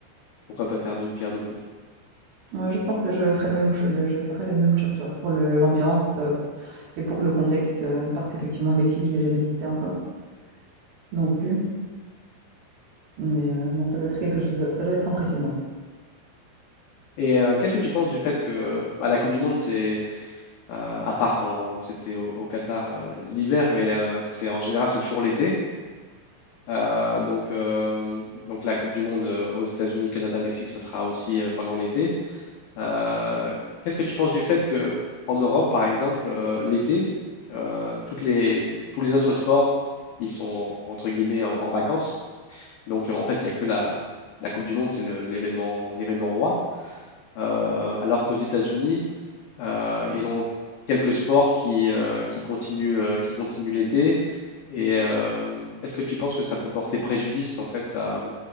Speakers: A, on the left (about 85°); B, on the right (about 55°).
A: pourquoi pas faire d'une pierre deux coups.
B: Ouais, je pense que je ferai le même, cho- le- je ferai le même choix que toi pour le- l'ambiance euh, et pour le contexte, euh, parce qu'effectivement, le Mexique, je n'ai jamais visité encore non plus. Mais euh, non, ça doit être quelque chose, ça doit être impressionnant.
A: Et euh, qu'est-ce que tu penses du fait que bah, la Coupe du Monde, c'est euh, à part quand c'était au, au Qatar euh, l'hiver, mais euh, c'est en général c'est toujours l'été. Euh, donc, euh, donc la Coupe du Monde euh, aux États-Unis, Canada, Mexique, ça sera aussi euh, pendant l'été. Euh, qu'est-ce que tu penses du fait que en Europe, par exemple, euh, l'été, euh, toutes les, tous les autres sports, ils sont entre guillemets en, en vacances. Donc euh, en fait, il n'y a que la, la Coupe du Monde, c'est le- l'événement, l'événement roi. Euh, alors qu'aux États-Unis, euh, ils ont quelques sports qui, euh, qui continuent, euh, qui continuent l'été. Et euh, est-ce que tu penses que ça peut porter préjudice en fait à,